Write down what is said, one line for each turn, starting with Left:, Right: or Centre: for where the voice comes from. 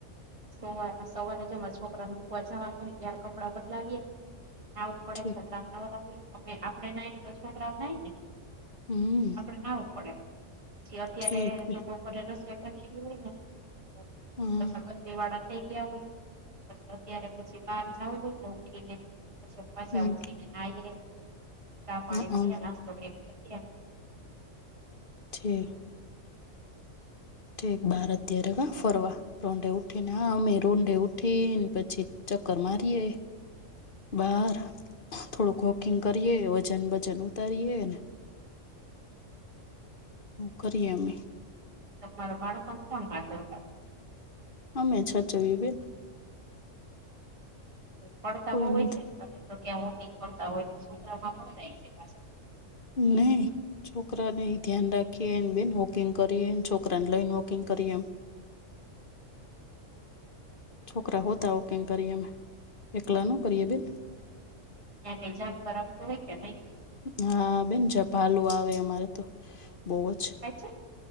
Right: સવારે સવારે જેમ જ છોકરા અમુકવા જવાનું થાય ત્યારે કપડાં બદલાવીએ. આવું પડે
Left: ઠીક
Right: છોકરા નવરા હોઈએ અમે આપડે નાઇએ તો છોકરાઓ નાઈ ને.
Left: હમ.
Right: તો નાવું પડે પછી અત્યારે
Left: ઠીક
Right: <unintelligible>
Left: બેન હા
Right: <unintelligible> વાળા થઈ ગયા હોય. પછી અત્યારે પછી બહાર જવું હોય ને, ઉઠી ને. પછી પાછા
Left: હમ
Right: ઉઠીને નાઈએ, ચા પાણી
Left: હમ
Right: પીએ ના.
Left: ઠીક
Right: <unintelligible>
Left: ઠક ભારતીય રેગ ફરવા. રોંઢે ઉઠી ને, હ અમે રોંઢે ઉઠીને, પછી ચક્કર મારીએ. બાર થોડુંક વોકિંગ કરીએ, વજન વજન ઉતારીએ ને.
Right: હ.
Left: કરીએમે.
Right: તમારા બાળકો કોણ હાથર.
Left: અમે. <unintelligible>
Right: પડતા
Left: કોઈ
Right: બઉુ હોય
Left: નથી
Right: છે ને, તમે તો ક્યાં વોકિંગ કરતા હોય તો, છોકરામાં પડતા પા
Left: નહી. છોકરાને ધ્યાન રાખીએ, એને બેન વોકિંગ કરીએ, એને છોકરાને લઈન વોકિંગ કરીએ એમ. છોકરા હોતા હો, ક કરી એમ, એકલા ન કરીએ બેન.
Right: ત્યાં કઈ જાણ કરાવતું હોય કે નહી.
Left: હા, બેન જ ભાલુ આવે, અમારે તો બોઅજ.
Right: થાય છે.